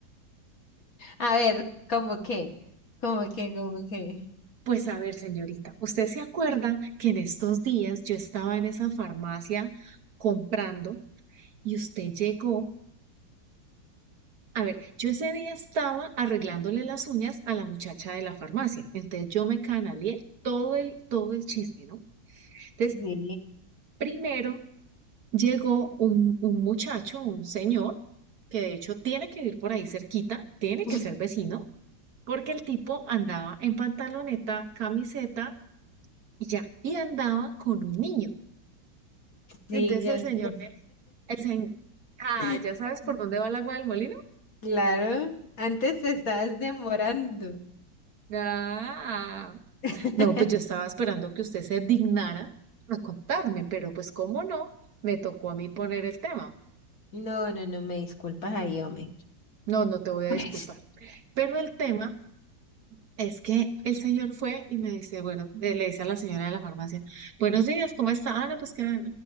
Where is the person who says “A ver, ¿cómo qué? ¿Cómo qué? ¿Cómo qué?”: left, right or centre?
Left